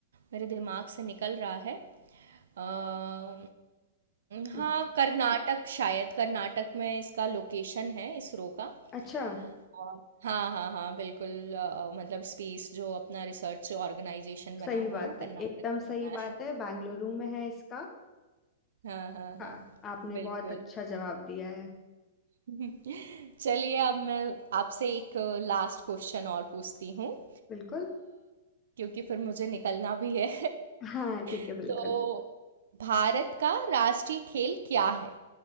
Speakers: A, on the right; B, on the left.
A: मेरे दिमाग से निकल रहा है। अ, हाँ
B: हम्म।
A: कर्नाटक शायद कर्नाटक में इसका लोकेशन है इसरो का
B: अच्छा
A: और हाँ हाँ हाँ बिल्कुल अ, मतलब स्पेस जो अपना रिसर्च ऑर्गेनाइजेशन बना
B: सही बात
A: हुआ है वो कर्नाटक
B: है एकदम सही
A: में बना है
B: बात है बेंगलुरु में है इसका
A: हाँ हाँ हाँ
B: हाँ आपने
A: बिल्कुल
B: बहुत अच्छा जवाब दिया है
A: <laughs> चलिए अब मैं आपसे एक लास्ट क्वेश्चन और पूछती हूँ अ,
B: बिल्कुल
A: क्योंकि फिर मुझे निकलना भी है
B: हाँ ठीक है
A: <laughs>
B: बिल्कुल
A: तो भारत का राष्ट्रीय खेल क्या है